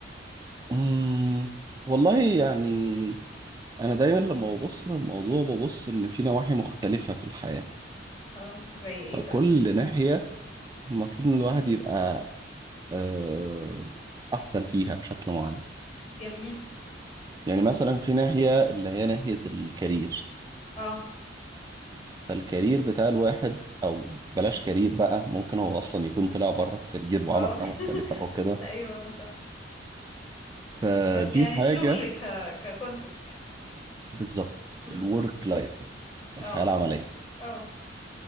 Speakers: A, on the right; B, on the left.
A: امم والله يعني انا دايما لما ببص للموضوع ببص ان في نواحي مختلفه في الحياه
B: اه زي ايه
A: فكل
B: طيب
A: ناحية المفروض إن الواحد يبقى آه، أحسن فيها بشكل معين
B: جميل
A: يعني مثلا في ناحية اللي هي ناحية الكارير
B: اه
A: فالكارير بتاع الواحد أو بلاش كارير بقى ممكن هو أصلا يكون طلع بره الكارير وعمل
B: اه
A: حاجة مختلفة
B: <laughs>
A: أو كده
B: ايوه مثلا
A: فدي
B: بس يعني
A: حاجة
B: الشغل ك ككونسبت يعني
A: بالظبط
B: امم
A: الورك لايف
B: اه
A: الحياة العملية
B: اه